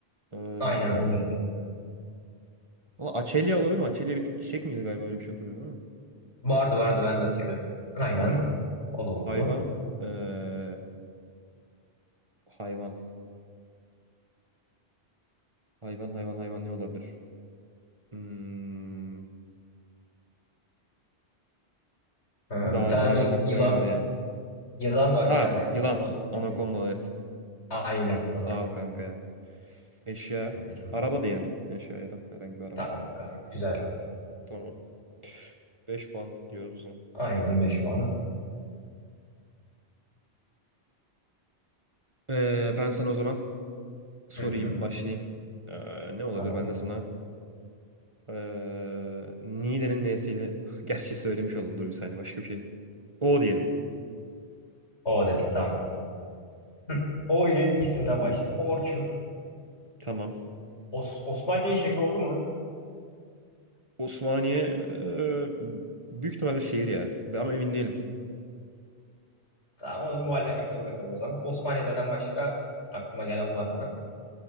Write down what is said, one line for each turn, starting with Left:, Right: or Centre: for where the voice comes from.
Right: Eee
Left: Aynen o meyve.
Right: valla açelya olabilir mi? Açelya bir çiçek miydi galiba? Öyle bir şey hatırlıyorum ama.
Left: Vardı vardı ben de hatırlıyorum. Aynen.
Right: Tamam.
Left: O da oldu.
Right: Hayvan eee, hayvan. Hayvan hayvan hayvan ne olabilir? Hmm.
Left: Ha,
Right: Daha
Left: bir tane
Right: hayvan
Left: bir
Right: aklıma
Left: yılan
Right: gelmedi ya.
Left: yılan var
Right: Ha,
Left: bir tane.
Right: yılan.
Left: Onu
Right: Anakonda
Left: vereyim.
Right: evet.
Left: Aynen
Right: Sağ
Left: doğru.
Right: ol kanka ya. Eşya.
Left: Rica ederim.
Right: Araba diyelim. Eşya ya da herhangi bir araba.
Left: Tamam gayet güzel.
Right: Tamam. 5 puan diyoruz o zaman.
Left: Aynen 5 puan.
Right: Eee, ben sana o zaman sorayım,
Left: Hı hı.
Right: başlayayım. Ee, ne olabilir?
Left: Tamam.
Right: Ben de sana ee, Niğde'nin N'siydi. <laughs> Gerçi söylemiş oldum. Dur bir saniye. Başka bir şey. O diyelim.
Left: O dedik tamam. Hı. O ile isimden başlayalım. Orçun.
Right: Tamam.
Left: Os- Osmaniye şehri oldu mu?
Right: Osmaniye ee, büyük ihtimalle şehir ya. Ben- Ama emin değilim.
Left: Tamam onu muallakta bırakalım o zaman. Osmaniye'den başka aklıma gelen var mı?